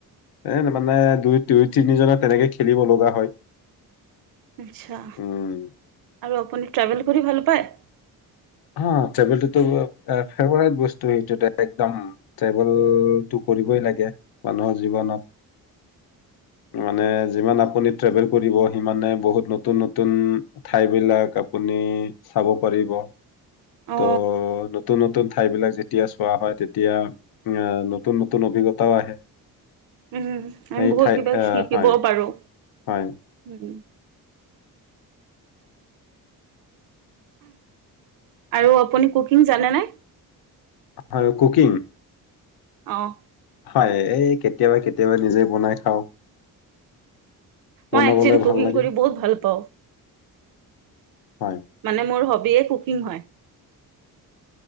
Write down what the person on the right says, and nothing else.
আচ্ছা,
আৰু আপুনি ট্ৰেভেল কৰি ভাল পায়?
অ
উম,
আমি বহুত
কিবা
শিকিবও
পাৰো।
উম। আৰু আপুনি কুকিং জানেনে?
অ'।
মই একচলি
কুকিং
কৰি বহুত ভাল পাওঁ
মানে মোৰ হ হবিয়ে কুকিং হয়।